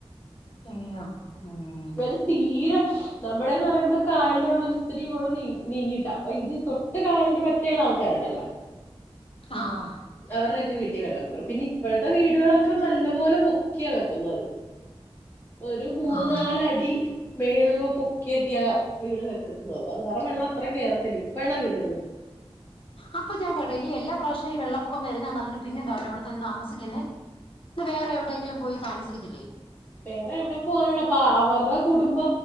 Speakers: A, on the left; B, on the left.
A: അയ്യോ! ഉം
B: ഇവിടെ തീരെ നമ്മുടെന്ന് പറയുമ്പോ കായല ഇത്രരിയും കൂടെ നീ നീങ്ങിട്ടാ അപ്പൊ ഇത് തൊട്ട് കായലിന്റെ മറ്റേുള്ള ആൾക്കാരുണ്ടല്ലോ
A: ആ ആ.
B: അവരുടെയൊക്കെ വീട്ടിൽ വെള്ളം പിന്നെ ഇപ്പോഴത്തെ വീടുകളൊക്കെ നല്ല പോോലെ പൊക്കിയാ വെക്കുന്നത്. <inaudible> ഒരു മൂന്ന്
A: ആഹ്
B: നാലടി മേളില പൊക്കിയൊക്കെയ വീട് വെക്കുന്നത് അത് കാരണം വെള്ളത്ര ഇം കേറത്തില്ല ഇപ്പള്ള വീടുകളള്ളി
A: അപ്പൊ ഞാൻ പറട എല്ലാ പ്രാവശ്യവും ഈ വെള്ളപ്പൊക്കം വരുന്നന്ന് പറഞ്ഞഞ് പിന്നെന്താ അവ അവിടു നിന്ന് താമസിക്കുന്നത് ഇന്ന് വേറെ എവിടെയെങ്കിലും പോയി താമസിക്കത്തില്ലേ
B: വേറെ എവിടെ പോവാനടാ അപ്പ അവരുടെ കുടുംബ